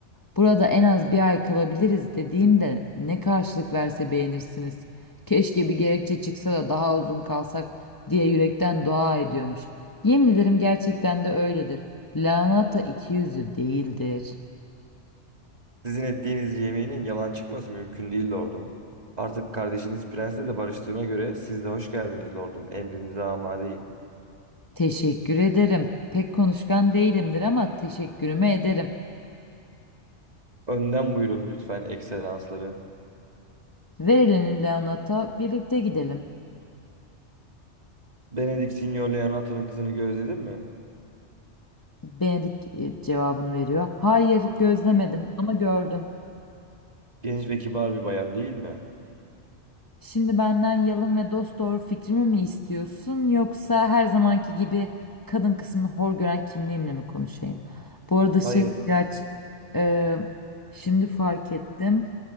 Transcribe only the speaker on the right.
Sizin ettiğiniz yeminin yalan çıkması mümkün değil lordum. Artık kardeşiniz prensle de barıştığına göre siz de hoş geldiniz lordum. Emrinize amadeyim.
Önden buyurun lütfen ekselansları.
Benedict Signor Leonato'nun kızını gözledin mi?
Genç ve kibar bir bayan değil mi?
Hayır.